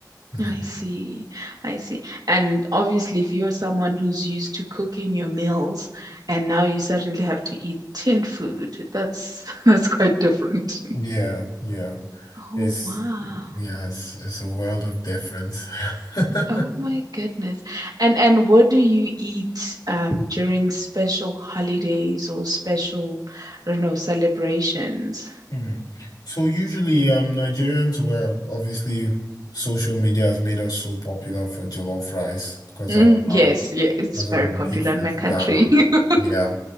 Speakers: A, on the left; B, on the right.
A: Yeah.
B: I see. I see. And obviously, if you're someone who's used to cooking your meals and now you suddenly have to eat tin food, that's <laughs> that's quite different. <laughs>
A: Yeah, yeah.
B: Oh
A: It's
B: wow.
A: yeah, it's it's a world of difference. <laughs>
B: Oh my goodness. And and what do you eat um during special holidays or special, I don't know, celebrations?
A: Mm. So usually, um, Nigerians were obviously social media has made us so popular for jollof rice because
B: Mm,
A: of
B: yes,
A: our
B: yeah, it's
A: because of
B: very
A: the
B: popular
A: beef
B: in
A: with
B: my country.
A: Ghana.
B: <laughs>
A: Yeah,